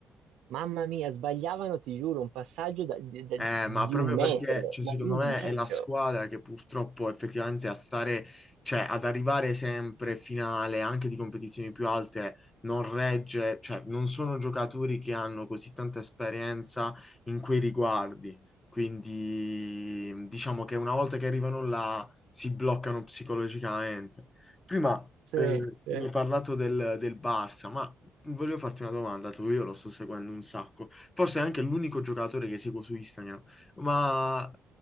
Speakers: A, on the right (about 85°); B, on the left (about 20°).
A: mamma mia, sbagliavano, ti giuro, un passaggio da- di, da-
B: Eh,
A: di
B: ma proprio
A: un metro,
B: perché, cioè,
A: ma
B: secondo
A: di un
B: me
A: metro.
B: è la squadra che purtroppo effettivamente a stare, cioè ad arrivare sempre finale anche di competizioni più alte non regge, cioè non sono giocatori che hanno così tanta esperienza in quei riguardi. Quindi mm, diciamo che una volta che arrivano là si bloccano psicologicamente. Prima
A: Sì,
B: eh,
A: sì.
B: mi hai parlato del, del Barça, ma Volevo farti una domanda, tu io lo sto seguendo un sacco, forse è anche l'unico giocatore che seguo su Instagram, ma